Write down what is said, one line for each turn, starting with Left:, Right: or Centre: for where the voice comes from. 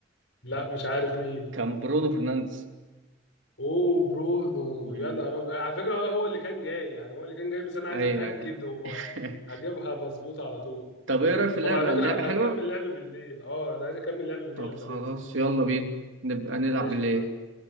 Left: لا مش عارف مين
Right: كان برونو فرنانديز
Left: اوه برونو
Right: مم.
Left: يا نهار ابيض على فكرة آه، هو اللي كان جاي يعني هو اللي كان جاي بس انا عايز
Right: ايوه
Left: اتأكد
Right: ايوه
Left: هو
Right: <laughs>
Left: هجيبها مظبوطة على طول
Right: طب ايه رايك في
Left: طب
Right: اللعبه
Left: على فكرة
Right: اللعبه
Left: هنكمل
Right: حلوه
Left: لعب بالليل اه انا عايز اكمل لعب بالليل
Right: طب
Left: لما
Right: خلاص
Left: ننزل
Right: يلا بينا نبقى نلعب
Left: ماشي
Right: بالليل
Left: يا معلم